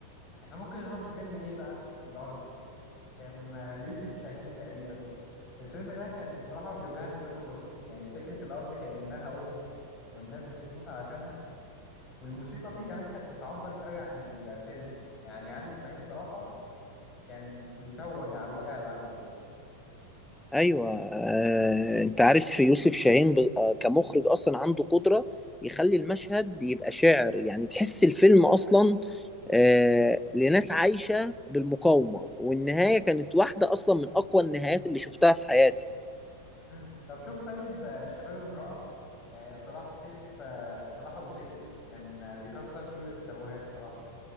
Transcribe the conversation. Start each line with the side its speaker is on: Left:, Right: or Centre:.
Left: احنا ممكن نروح لفيلم ايه بقى الأرض كان آه، ليوسف شاهين تقريبا الفيلم ده كان صراحة بيوجعني كل ما بشوفه يعني فكرة الأرض كأنها أم والناس بتموت علشانها والموسيقى فيه كمان كانت بتعبر قوي عن الفيلم يعني علي إسماعيل الصراحة كان يتوج على الوجع اللي عمله ده
Centre: ايوه آه، انت عارف يوسف شاهين ب- آه، كمخرج اصلا عنده قدره يخلي المشهد يبقى شعر يعني تحس الفيلم اصلا آه، لناس عايشه بالمقاومه والنهايه كانت واحده اصلا من اقوى النهايات اللي شفتها في حياتي
Left: امم طب شوف طيب آه، شباب امرأة آه، صلاح سيف آه، صلاح أبو سيف كان آه، بيكسر كل التابوهات صراحة